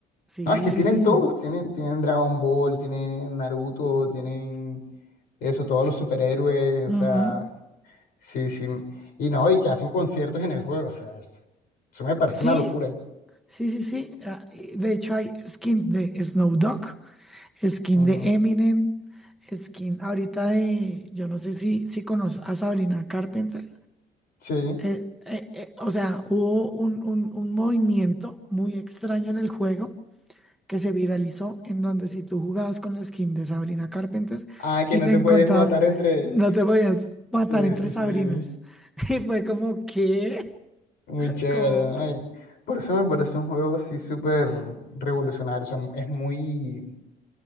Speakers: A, in the centre; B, on the left.
A: Sí,
B: No, es que
A: sí,
B: tienen
A: sí.
B: todos, tienen, tienen Dragon Ball, tienen Naruto, tienen eso, todos los superhéroes, o sea,
A: Ujú.
B: sí, sí. Y no, y que hacen conciertos en el juego, o sea, eso me parece
A: Sí,
B: una locura.
A: sí, sí, sí. Ah, y De hecho, hay skin de Snow Dogg, skin
B: Ujú,
A: de Eminem, skin ahorita de, yo no sé si, si conoces a Sabrina Carpenter.
B: Sí.
A: Eh, eh, eh, o sea, hubo un, un un movimiento muy extraño en el juego que se viralizó, en donde si tú jugabas con la skin de Sabrina Carpenter
B: Ah, que
A: y
B: no
A: te
B: te
A: encontrabas,
B: puedes matar entre...
A: no te podías matar
B: Sí,
A: entre
B: sí,
A: Sabrinas.
B: sí.
A: <laughs> Y fue como, ¿qué?
B: Muy chévere.
A: ¿Cómo?
B: ay. Por eso me parece un juego así súper revolucionario, o sea, es muy...